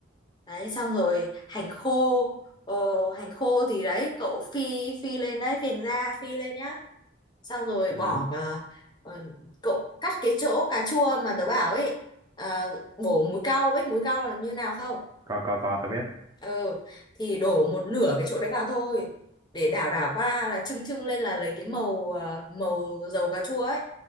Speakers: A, on the left (about 20°); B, on the right (about 15°).
A: đấy xong rồi hành khô ờ, hành khô thì đấy cậu phi phi lên đấy phình ra phi lên nhá xong rồi bỏ
B: Ừ.
A: ờ, ờ, cậu cắt cái chỗ cà chua mà tớ bảo ấy ờ, bổ múi cau biết múi cau là như nào không
B: Có có có tớ biết.
A: ừ thì đổ một nửa cái chỗ đấy vào thôi để đảo đảo qua là trưng trưng lên là lấy cái màu ờ, màu dầu cà chua ấy